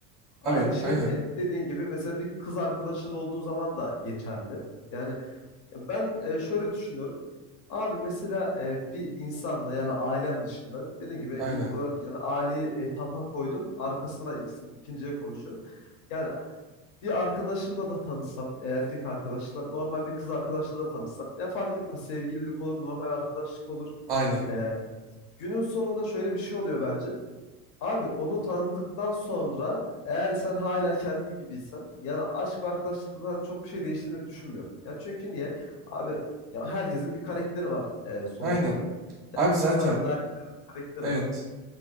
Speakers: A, on the left; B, on the right.
A: Aynı
B: Abi
A: şey
B: aynen.
A: e, dediğin gibi mesela bir kız arkadaşın olduğu zaman da geçerli. Yani ya ben e, şöyle düşünüyorum. Abi mesela e, bir insanla yani ailem dışında dediğim gibi
B: Aynen.
A: ilk olarak yani aileyi e, tapa koydum. Arkasına ikisi- ikinciye konuşuyorum. Yani bir arkadaşımla da tanışsam, e, erkek arkadaşla, normal bir kız arkadaşla da tanışsam. Ya fark etmez sevgililik olur, normal arkadaşlık olur.
B: Aynen.
A: E, günün sonunda şöyle bir şey oluyor bence. Abi onu tanıdıktan sonra eğer sen hala kendin gibiysen yani aşk ve arkadaşlıktan hani çok bir şey değiştiğini düşünmüyorum. Ya çünkü niye? Abi ya herkesin bir karakteri var e, sonuç
B: Aynen.
A: olarak.
B: Abi zaten
A: Kızların da erkeklerin de bir karakteri
B: evet.
A: var.